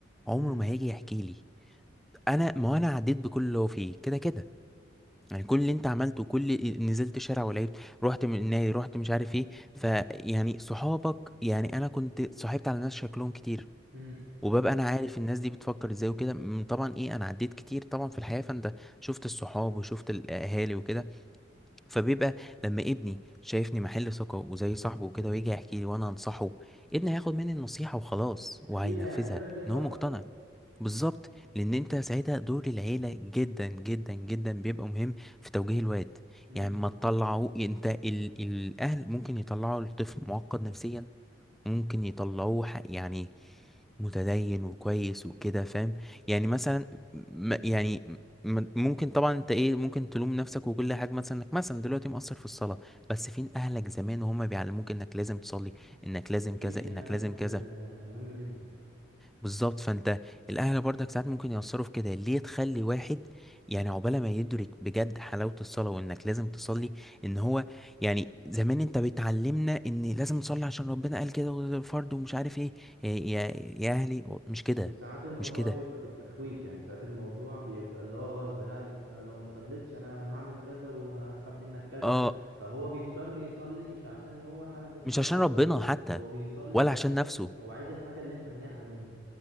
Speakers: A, in the centre; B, on the right (about 70°).
A: عمره
B: امم
A: ما هيجي يحكي لي انا ما انا عديت بكل اللي هو فيه كده كده يعني كل اللي انت عملته كل ال- نزلت شارع ولعبت رحت من النادي رحت مش عارف ايه فيعني صحابك يعني انا كنت صاحبت على ناس شكلهم كتير
B: امم
A: وببقى انا عارف الناس دي بتفكر ازاي وكده م- طبعا ايه انا عديت كتير طبعا في الحياة فانت شفت الصحاب وشفت الاهالي وكده فبيبقى لما ابني شايفني محل ثقة وزي صاحبه وكده ويجي يحكي لي وانا انصحه ابني هياخد مني النصيحة وخلاص
B: اكيد
A: وهينفذها
B: هيعتبرك زي صاحبه
A: ان هو مقتنع بالظبط لان انت ساعتها دور العيله جدا جدا جدا بيبقى مهم في توجيه الواد
B: امم
A: يعني ما تطلعوه انت ال... الاهل ممكن يطلعوا الطفل معقد نفسيا ممكن يطلعوه ح- يعني متدين وكويس وكده فاهم يعني مثلا م... يعني م... ممكن طبعا انت ايه ممكن تلوم نفسك وكل حاجه مثلا انك مثلا دلوقتي مقصر في الصلاه بس فين اهلك زمان وهم بيعلموك انك لازم تصلي انك لازم
B: اكيد
A: كذا
B: دي
A: انك
B: حاجات
A: لازم كذا
B: آه، مهمة جدا
A: بالظبط فانت الاهل برضك ساعات ممكن يأثروا في كده ليه تخلي واحد يعني عقبال ما يدرك بجد حلاوة الصلاة وانك لازم تصلي ان هو يعني زمان انت بتعلمنا ان لازم نصلي عشان ربنا قال كده وده فرض ومش عارف ايه يا يا يا اهلي مش كده
B: وساعات الموضوع
A: مش كده
B: بيبقى بالتخويف يعني ساعات الموضوع بيبقى اللي هو غصب لا انت لو ما صليتش انا هعمل كذا وهسحب منك كذا
A: اه
B: فهو بيضطر يصلي مش عشان هو حابب الصلاة
A: مش عشان
B: هو
A: ربنا
B: بي
A: حتى
B: هو بيصلي
A: ولا
B: علشان
A: عشان نفسه
B: انت هو عايز الحاجة اللي انت مانعها منه